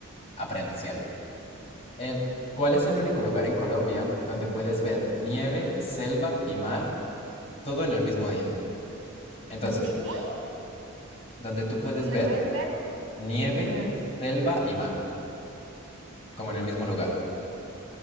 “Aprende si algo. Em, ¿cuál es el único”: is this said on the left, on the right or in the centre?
Left